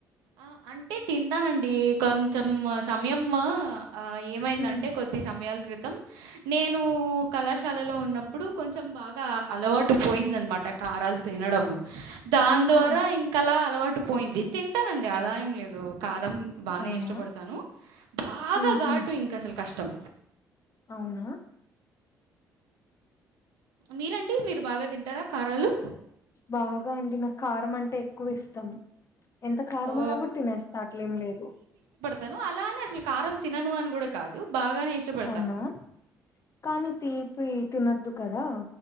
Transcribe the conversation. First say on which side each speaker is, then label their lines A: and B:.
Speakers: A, on the right (about 80°); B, on the left (about 40°).
A: ఆ అంటే తింటానండి కొం చమ్ సమయం ఆ ఏమైందంటే
B: హ్మ్
A: కొద్ది సమయాల క్రితం నేను కళాశాలలో ఉన్నప్పుడు కొంచెం బాగా అలవాటు పోయిందన్నమాట కారాలు తినడము దాన్
B: ఆహా!
A: ద్వార ఇంకాలా అలవాటు పోయింది తింటానండి అలా ఏం లేదు కారం బానే
B: అవునా?
A: ఇష్టపడతాను బాగా
B: ఊహూ.
A: ఘాటు ఇంక అసలు కష్టం
B: అవునా
A: మీరండి మీరు బాగా తింటారా కారాలు
B: బాగా అండి నాకు కారం అంటే ఎక్కువ ఇష్టం ఎంత కారమున్నా
A: ఓ
B: కూడతినేస్త అట్లేం లేదు
A: తను అలానే అసలు కారం తినను అని కూడా కాదు బాగానే ఇష్టపడతా
B: అవునా కానీ తీపి తినద్దు కదా